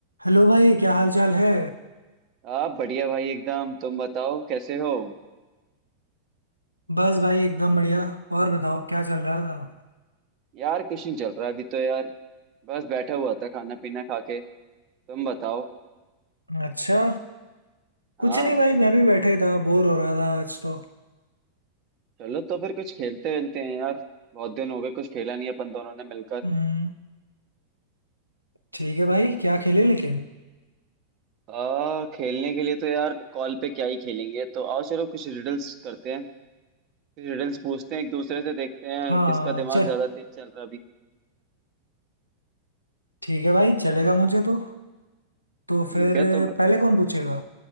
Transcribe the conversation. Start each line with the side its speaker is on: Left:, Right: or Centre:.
Left: Hello भाई क्या हाल चाल है
Right: आप बढ़िया भाई एकदम तुम बताओ कैसे हो
Left: बस भाई एकदम बढ़िया और बताओ क्या चल रहा था
Right: यार कुछ नहीं चल रहा अभी तो यार बस बैठा हुआ था खाना पीना खा के तुम बताओ
Left: अच्छा
Right: हाँ
Left: कुछ नहीं भाई मैं भी बैठे ही था बोर हो रहा था आज तो
Right: चलो तो फिर कुछ खेलते वेलते हैं यार बहुत दिन हो गए कुछ खेला नहीं अपन दोनों ने मिलकर
Left: हम्म ठीक है भाई क्या खेले लेकिन
Right: आ खेलने के लिए तो यार कॉल पे क्या ही खेलेंगे तो आओ चलो कुछ रिडल्स करते हैं कुछ रिडल्स पूछते हैं एक दूसरे से देखते हैं
Left: हाँ
Right: किसका दिमाग
Left: चल
Right: ज्यादा तेज चल रहा अभी
Left: ठीक है भाई चलेगा मुझे तो तो
Right: ठीक
Left: फिर
Right: है तो
Left: पहले कौन पूछेगा